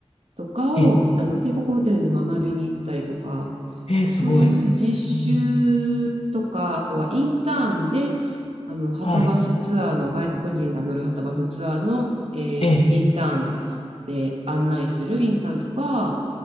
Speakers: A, on the right (about 70°); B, on the left (about 65°).
A: ーとかをあの帝国ホテルに学びに行ったりとか
B: ええ、ええすごい。
A: そういう実習とか、
B: うん、
A: あとはインターンで、あの、はとバスツアーの、
B: はい。
A: 外国人が乗るはとバスツアーの、えーインターンで案内するインターンとか、
B: ええ、